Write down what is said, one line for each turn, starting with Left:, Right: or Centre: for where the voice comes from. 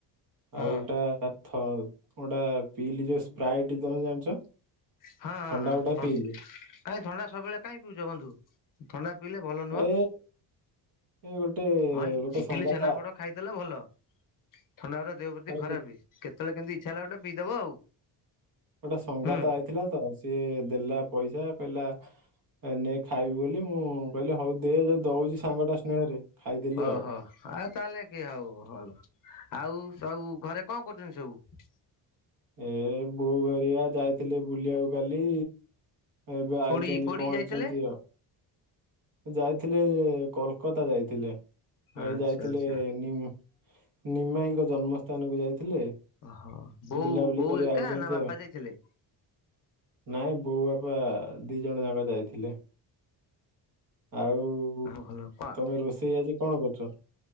Left: ହଁ।
Right: ଆଉ ଗୋଟା ଗୋଟା ପିଇଲି ଯୋଉ ସ୍ପାଇଡି ତମେ ଜାଣିଛ।
Left: ହଁ ହଁ
Right: ଥଣ୍ଡା ଗୋଟା
Left: ହଁ
Right: ପିଇଲି।
Left: କାଇଁ ଥଣ୍ଡା ସବୁବେଳେ କାଇଁ ପିଉଛ ବନ୍ଧୁ? ଥଣ୍ଡା ପିଇଲେ ଭଲ ନୁହଁ।
Right: ଏ ଏ ଗୋଟେ
Left: ହଁ
Right: ଗୋଟେ
Left: ଇଟିଲି
Right: ସଙ୍ଗାତ
Left: ଛେନାପୋଡ ଖାଇଦେଲ ଭଲ। ଥଣ୍ଡାରେ ଦେହ ପ୍ରତି
Right: ଆରେ
Left: ଖରାପେ କେତେବେଳେ କେମିତି ଇଚ୍ଛା ହେଲା ଗୋଟେ ପିଇଦବ ଆଉ
Right: ଗୋଟେ ସଙ୍ଗାତ
Left: ହୁଁ
Right: ଆଇ ଥିଲା ତ ସିଏ ଦେଲା ପଇସା କହିଲା ନେ ଖାଇବୁ ବୋଲି ମୁଁ କହିଲି ହଉ ଦେ ଯଦି ଦଉଛି ସାଙ୍ଗଟା ସ୍ନେହରେ ଖାଇଦେଲି
Left: ଓହୋ
Right: ଆଉ
Left: ଆଉ ତାହେଲେ କିଏ ଆଉ ଭଲ ଆଉ ସବୁ ଘରେ କଣ କରୁ ଚନ୍ତି ସବୁ
Right: ଏ ବୋଉ ହେରିଆ ଯାଇଥିଲେ ବୁଲିବାକୁ କାଲି। ଏବେ ଆଇଛନ୍ତି
Left: କୋଉଠି କୋଉଠି
Right: ପହଞ୍ଚିଛନ୍ତି
Left: ଯାଇଥିଲେ?
Right: ଆଉ ଯାଇଥିଲେ କୋଲକାତା ଯାଇଥିଲେ
Left: ଆଚ୍ଛା
Right: ଏ ଯାଇଥିଲେ
Left: ଆଚ୍ଛା
Right: ନି ନିମାଇଙ୍କ ଜନ୍ମସ୍ଥାନକୁ ଯାଇଥିଲେ।
Left: ଓହୋ ବୋଉ
Right: ବୁଲାବୁଲି
Left: ବୋଉ
Right: କରି
Left: ଏକା
Right: ଆଇଛନ୍ତି
Left: ନା ବାପା
Right: ଆଉ
Left: ଯାଇଥିଲେ
Right: ନାଇଁ ବୋଉ ବାପା ଦି ଜଣ ଯାକ ଯାଇଥିଲେ ଆଉ
Left: ଭଲ କଣ
Right: ତମେ ରୋଷେଇ ଆଜି କଣ କରିଚ?